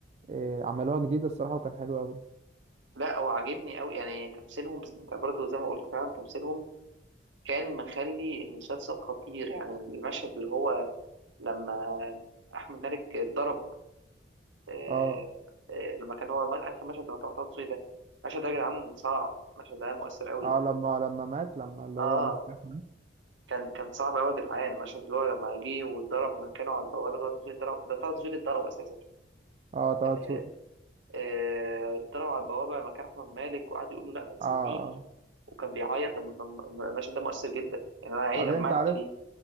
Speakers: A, on the right; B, on the right.
A: آه، عملوها جديدة الصراحة وكان حلو قوي
B: لا وعجبني قوي يعني تمثيلهم بس انت برضه زي ما قلت فعلا تمثيلهم كان مخلي المسلسل خطير يعني المشهد اللي هو لما احمد مالك اتضرب آه
A: اه
B: آه لما كان هو اخر مشهد لما كان محطوط ده المشهد ده يا جدعان صعب المشهد ده مؤثر قوي
A: اه لما لما مات لما اللي
B: اه
A: هو مفتاح مات
B: كان كان صعب قوي يا جدعان المشهد اللي هو لما جه واتضرب مكانه على البوابه ده تزويل اتضرب ده طه دسوقي اتضرب اساسا
A: اه طه
B: آه،
A: دسوقي
B: آه، اتضرب على البوابه مكان احمد مالك وقعد يقول له لا ما تسيبنيش
A: اه اه
B: وكان بيعيط الم- الم- المشهد ده مؤثر جدا يعني انا عيني
A: بعدين
B: دمعت
A: انت عارف
B: فيه